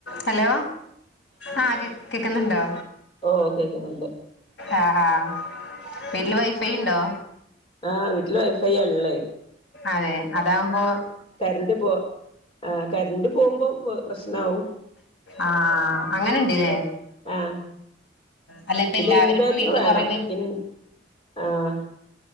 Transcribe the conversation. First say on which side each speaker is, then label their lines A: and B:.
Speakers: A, on the left (about 70°); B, on the left (about 30°).
A: Hello, ആഹ് കേ കേക്കുന്നുണ്ടോ?
B: ഓ കേക്കുന്നുണ്ട്
A: ആഹ് ആഹ് വീട്ടില് വൈഫൈ ഇണ്ടോ?
B: ആഹ് വീട്ടില് വൈഫൈയാ ഇള്ളേ.
A: അതെ അതാവുമ്പോ
B: കരന്റ് പോ ആഹ് കരന്റ് പോവുമ്പോം പ് പ്രശ്നാവും.
A: ആഹ് അങ്ങനെണ്ട് ലേ.
B: ആഹ്
A: അല്ല ഇപ്പ
B: പിന്നെ
A: എല്ലാവരും
B: ഇൻവേർട്ടർ
A: ഇപ്പ വീട്ടില്
B: വേണം
A: കൊറെ പേർ
B: ഇൻ ആഹ്.